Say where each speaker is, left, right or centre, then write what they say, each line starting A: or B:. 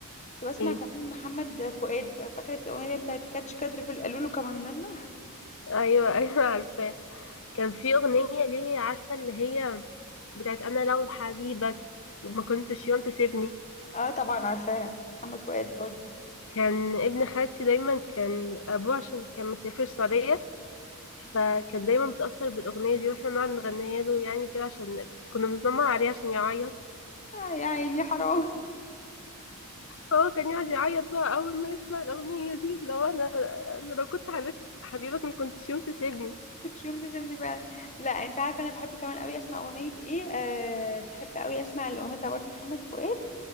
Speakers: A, on the left; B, on the left.
A: كنت بسمع
B: ايه
A: كمان محمد فؤاد ف- فاكره الاغنيه اللي هي بتاعت كاتش كادر في القالولو كمننا
B: ايوه <laughs> ايوه عارفاه كان في اغنيه ليه عارفه اللي هي بتاعت انا لو حبيبك ما كنتش يوم تسيبني
A: اه طبعا عارفاها محمد فؤاد برضو
B: كان ابن خالتي دايما كان ابوه عشان كان مسافر السعوديه فكان دايما بتأثر بالأغنية دي واحنا نقعد نغنيها له يعني كده عشان كنا بنتنمر عليه عشان يعيط
A: آه يا عيني حرام
B: فهو كان يقعد يعيط بقى أول ما يسمع الأغنية دي لو أنا أنا لو كنت حبيبك حبيبك ما كنتش يوم تسيبني
A: <laughs> كنت يوم تزمني بقى لا انت عارفه انا بحب كمان قوي اسمع اغنيه ايه آه بحب قوي اسمع الاغنيه بتاع برضو محمد فؤاد